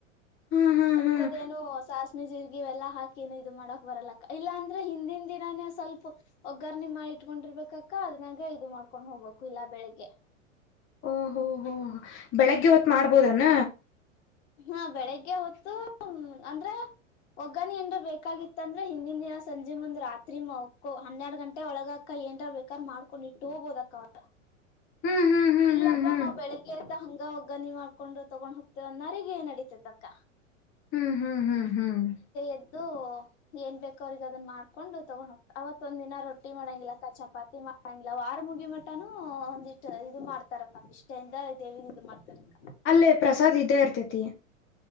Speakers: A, on the left (about 30°); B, on the left (about 60°).
A: ಹ್ಮ್ ಹ್ಮ್
B: ಉಲ್ಕಾಡೆನು
A: ಹ್ಮ್
B: ಶಾಸ್ಮಿ ಜೀರಿಗೆ ಇವೇಲ್ಲ ಹಾಕಿನೇ ಇದು ಮಾಡಕ್ ಬರಲ್ಲ ಇಲ್ಲಾಂದ್ರೆ ಹಿಂದಿನ ದಿನಾನೇ ಸ್ವಲ್ಪ ವಗ್ಗರಣೆ ವಗ್ಗರಣಿ ಮಾಡಿಟ್ಕೊಂಡಿರ್ಬೇಕಕ್ಕ ಅದನಾಗ ಇದು ಮಾಡ್ಕೊಂಡ್ ಹೋಗ್ಬೇಕು ಇಲ್ಲ ಬೆಳಿಗ್ಗೆ.
A: ಓಹೋ ಹೋ ಬೆಳಗ್ಗೆ ಹೊತ್ ಮಾಡ್ಬೋದನ್ನ
B: ಹಾ ಬೆಳಿಗ್ಗೆ ಹೊತ್ತು ಅಂದ್ರೆ ವಗ್ಗರಣಿ ಏನರ ಬೇಕಾಗಿತ್ತ ಅಂದ್ರೆ ಹಿಂದಿನ ದಿನ ಸಂಜೆ ಮುಂದ್ ರಾತ್ರಿ ಮಕ್ಕೊ ಹನ್ನೆರಡು ಗಂಟೆ ಒಳಗ ಅಕ್ಕಾ ಏನ್ರ ಬೇಕಾರ ಮಾಡ್ಕೊಂಡ ಇಟ್ಟು ಹೋಗಬೋದ ಅಕ್ಕಾ ಅದ.
A: <unintelligible> ಹ್ಮ್
B: ಇಲ್ಲಪ್ಪಾ
A: ಹ್ಮ್ ಹ್ಮ್ ಹ್ಮ್
B: ನಾವು ಬೆಳಿಗ್ಗೆಯಿಂದ ಹಂಗ ವಗ್ಗರಣಿ ಮಾಡ್ಕೊಂಡು ತಗೊಂಡ್ ಹೋಗ್ತೇವ ಅಣ್ಣಾವ್ರಿಗೆ. <inaudible> ನಡೀತೆತಕ್ಕ.
A: ಹ್ಮ್ ಹ್ಮ್ ಹ್ಮ್ ಹ್ಮ್
B: ಎದ್ದು
A: <unintelligible>
B: ಏನ್ ಬೇಕಅವ್ರಿಗೆ ಅದನ್ ಮಾಡ್ಕೊಂಡು ತೊಗೊಂಡ್ ಹೋಗ್ತ ಅವತ್ ಒಂದ ದಿನ ರೊಟ್ಟಿ ಮಾಡಂಗಿಲ್ಲ ಅಕ್ಕಾ ಚಪಾತಿ ಮಾಡಂಗಿಲ್ಲ ವಾರ ಮುಗಿಮಟಾನು ಒಂದ ಇಟ್ಟ ಇದನ್ನ ಮಾಡ್ತಾರಕ್ಕಂದ ಇಷ್ಟ ಇಂದ ದೇವಿದ ಅದು ಮಾಡ್ತಾರಕ್ಕ.
A: ಅಲ್ಲೇ ಪ್ರಸಾದ್ ಇದ್ದೇ ಇರ್ತೇತಿ